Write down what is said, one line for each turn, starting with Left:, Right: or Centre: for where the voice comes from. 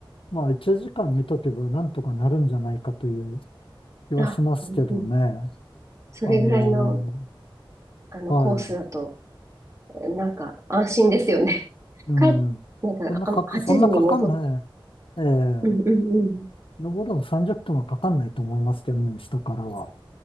Left: まあ、1時間見とけばなんとかなるんじゃないかという気はしますけどね。
Right: あ、うんうん。それぐらいの、
Left: あの
Right: あの、
Left: ーはい。
Right: コースだと、なんか、安心ですよね。<laughs>
Left: うん。
Right: 帰っ、なんか、
Left: そんなかか、
Right: あ、8時に戻っ、
Left: そんなかかんない。ええ
Right: うんうんうん。
Left: 登るの30分はかかんないと思いますけどね、下からは。